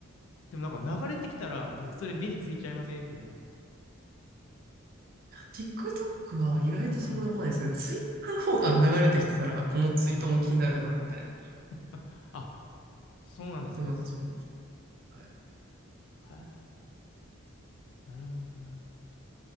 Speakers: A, on the left; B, on the right.
A: でもなんか流れてきたら、もうそれ目についちゃいませんも
B: TikTok は意外とそうでもないですね。
A: う。はい、
B: Twitter の方が流れてきてたら、このツイートも気になるな、
A: はい。
B: みたいな。っ
A: あ、あ、そうなんですか。
B: てなっちゃいます。はい
A: はい。なるほどな。